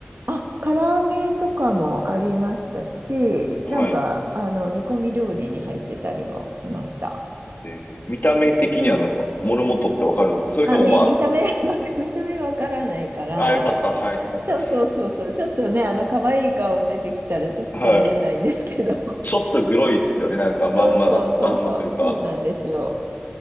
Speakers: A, on the right; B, on the left.
A: あ、唐揚げとかもありましたし、
B: はい。
A: なんか、あの、煮込み料理に入ってたりもしました。
B: えー見た目的には何ですかモルモットってわかるんですかそれともま
A: でもあ、見、<laughs> 見た目は、<laughs> 見た目わからないから、
B: あ、ああ、よかった。はい、よかったです。
A: そうそうそうそう、ちょっとね、あの、可愛い顔出てきたらちょっと食べれないんですけど、
B: はい。ちょっとグロいっすよね。なんか、
A: <laughs>
B: まんまだと、
A: そうそうそうそう、
B: まんまというか。
A: そうなんですよ。